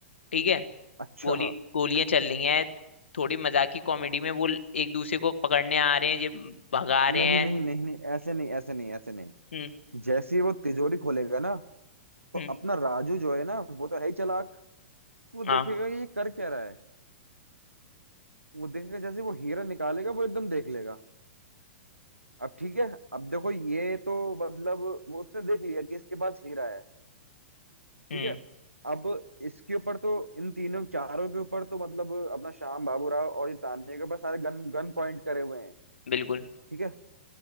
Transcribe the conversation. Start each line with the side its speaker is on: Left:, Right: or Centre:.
Left: ठीक है
Right: अच्छा
Left: गोली गोलियां चल रही हैं थोड़ी मजाक की कॉमेडी में वो एक दूसरे को पकड़ने आ रहे हैं ये भगा रहे
Right: नहीं
Left: हैं
Right: नहीं नहीं नहीं ऐसे नहीं ऐसे नहीं ऐसे नहीं
Left: हम्म
Right: जैसे ही वो तिजोरी खोलेगा ना तो
Left: हम्म
Right: अपना राजू जो है ना वो तो है ही चालाक वो
Left: हाँ
Right: देखेगा कि ये कर क्या रहा है वो देखेगा जैसे ही वो हीरा निकालेगा वो एकदम देख लेगा अब ठीक है अब देखो ये तो मतलब वो उसने देख लिया कि इसके पास हीरा है
Left: हम्म
Right: ठीक है अब इसके ऊपर तो इन तीनों चारों के ऊपर तो मतलब अपना श्याम बाबू राव और ये तान्या के ऊपर सारे गन गन पॉइंट करे हुए हैं
Left: बिल्कुल
Right: ठीक है